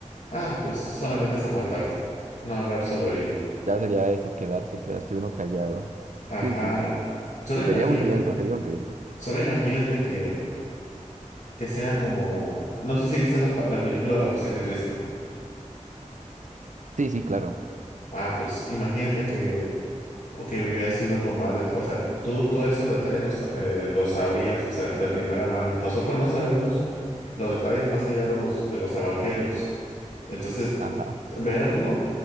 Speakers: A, on the left; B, on the right.
A: ah, pues solamente es aguantarte, no hablar sobre ello.
B: Ya sería eso, quedarse, quedarse uno callado.
A: Ajá,
B: Sí, sí,
A: solo
B: sería
A: imagínate,
B: un riesgo, sería un riesgo.
A: solo imagínate que, que sea como, no sé si viste la, pa- la película de La Pasión de Cristo.
B: Sí, sí, claro.
A: Ah, pues imagínate que, o que hubiera sido con más de, o sea, tú todos esos detalles los, sa- eh, los sabrías, o sea, de primera mano. Nosotros no sabemos los detalles más allá de los, de los evangelios. Entonces,
B: Ajá.
A: verlo,